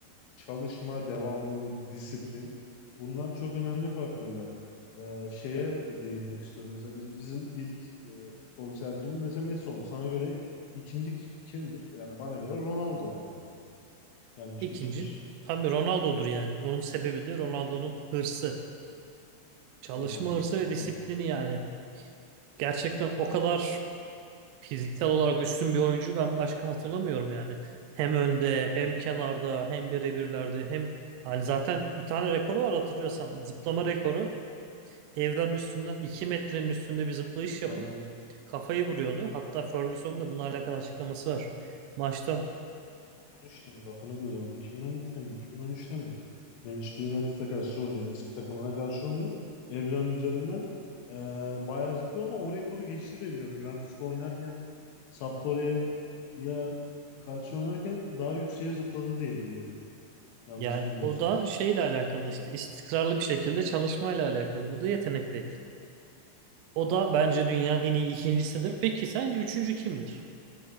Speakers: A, on the left; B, on the right.
A: çalışma, devamlılık, disiplin bunlar çok önemli faktörler. Ee, şeye değinmek istiyorum. Mesela biz, bizim ilk e, futbolcu tercihimiz mesela Messi oldu. Sana göre ikinci ki- kimdir? Yani bana göre Ronaldo yani. Gelmiş
B: İkinci
A: geçmiş
B: tabii Ronaldo'dur yani. Bunun sebebi de Ronaldo'nun hırsı. Çalışma
A: kazandığı
B: hırsı
A: kupa.
B: ve disiplini yani. Gerçekten o kadar fiziksel olarak üstün bir oyuncu ben başka hatırlamıyorum yani. Hem önde hem kenarda hem birebirlerde hem hani zaten bir tane rekoru var hatırlıyorsan zıplama rekoru. Evren üstünden 2 metrenin üstünde bir zıplayış yapıp
A: Aynen.
B: kafayı vuruyordu. Hatta Ferguson'un da bununla alakalı açıklaması var maçta.
A: 13'te mi? Lafını bölüyorum. 2012'de mi? 2013'te mi? Manchester United'a karşı oynuyor. Eski takımına karşı oynuyor. Evren üzerinden e, bayağı zıplıyor ama o rekoru geçti diye biliyorum. Juventus'ta oynarken Sampdoria'ya karşı oynarken daha yükseğe zıpladı diye biliyorum. Yanlış
B: Yani
A: bilmiyorsam.
B: o da şeyle alakalı işte istikrarlı bir şekilde çalışmayla alakalı. Bu da yetenek değil. O da bence dünyanın en iyi ikincisidir. Peki sence üçüncü kimdir?